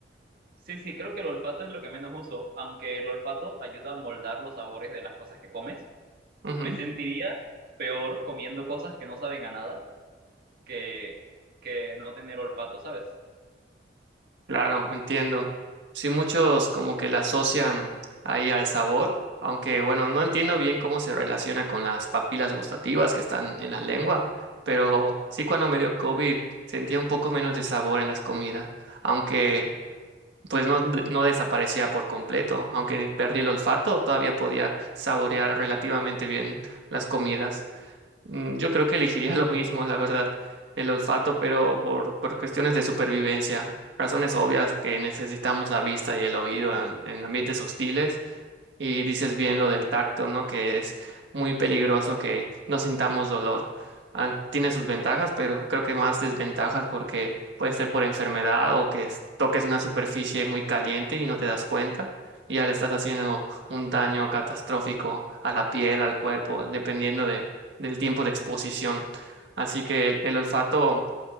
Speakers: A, on the right; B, on the right.
A: Sí, sí, creo que el olfato es lo que menos uso, aunque el olfato ayuda a moldar los sabores de las cosas que comes.
B: Ujú,
A: Me sentiría peor comiendo cosas que no saben a nada que, que no tener olfato, ¿sabes?
B: Claro, entiendo. Sí, muchos como que la asocian ahí al sabor, aunque bueno, no entiendo bien cómo se relaciona con las papilas gustativas que están en la lengua, pero sí cuando me dio COVID sentía un poco menos de sabor en las comidas, aunque pues no, de- no desaparecía por completo, aunque perdí el olfato, todavía podía saborear relativamente bien las comidas. Mm, Yo creo que elegiría <laughs> lo mismo, la verdad, el olfato, pero por, por cuestiones de supervivencia, razones obvias que necesitamos la vista y el oído en, en ambientes hostiles y dices bien lo del tacto, ¿no? Que es muy peligroso que no sintamos dolor. Ah, tiene sus ventajas, pero creo que más desventajas porque puede ser por enfermedad o que es- toques una superficie muy caliente y no te das cuenta. Y ya le estás haciendo un daño catastrófico a la piel, al cuerpo, dependiendo de, del tiempo de exposición. Así que el, el olfato